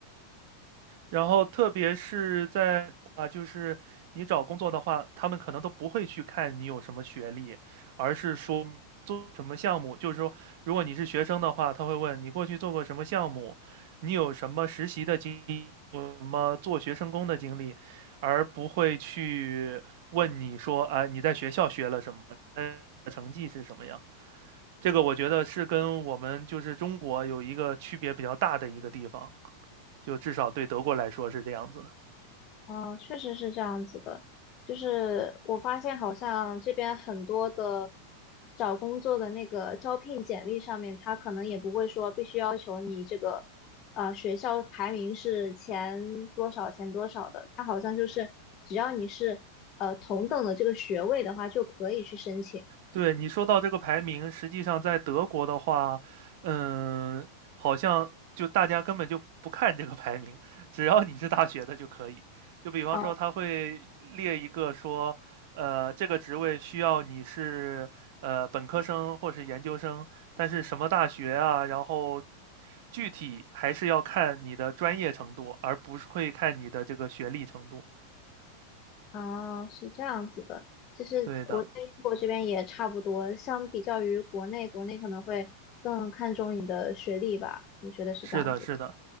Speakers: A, on the right; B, on the left.
A: 然后特别是在啊，就是你找工作的话，他们可能都不会去看你有什么学历，而是说做什么项目。就是说，如果你是学生的话，他会问你过去做过什么项目，你有什么实习的经历，有什么做学生工的经历，而不会去问你说啊，你在学校学了什么，呃成绩是什么样。这个我觉得是跟我们就是中国有一个区别比较大的一个地方，就至少对德国来说是这样子的。
B: 嗯，确实是这样子的。就是我发现，好像这边很多的找工作的那个招聘简历上面，他可能也不会说必须要求你这个呃学校排名是前多少前多少的，他好像就是只要你是呃同等的这个学位的话，就可以去申请。
A: 对，你说到这个排名，实际上在德国的话，嗯，好像就大家根本就不看这个排名，只要你是大学的就可以。就比方说，
B: 呃
A: 他会列一个说，呃，这个职位需要你是呃本科生或是研究生，但是什么大学啊，然后具体还是要看你的专业程度，而不是会看你的这个学历程度。
B: 哦，是这样子的。就是我在英国这边也差不多，
A: 对的，
B: 相比较于国内，国内可能会更看重你的学历吧，我觉得是这样子。
A: 是的，是的。